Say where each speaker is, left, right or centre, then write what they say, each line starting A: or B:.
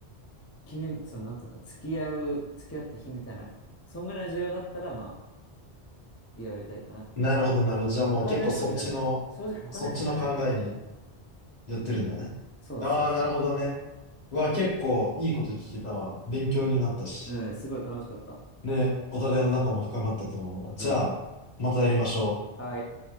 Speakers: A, on the left (about 20°); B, on the left (about 40°).
A: 記念、その、なんていうの、付き合う、付き合った日みたいな、そんぐらい重要だったら、まあ、祝いたいかなって感じ。
B: なるほどなるほど。じゃあもう結構そっちの、
A: 他のやつはいらない。正直他のやついらないぐらい。
B: そっちの考えに寄ってるんだね。
A: うん。そうそうそ
B: ああ、なるほどね。うわ、結構いいこと聞けたわ。勉強になったし。
A: う。うん、すごい楽しかった。
B: ね、お互いの仲も深まったと思うわ。じゃあ、
A: うん。
B: またやりましょう。
A: はい。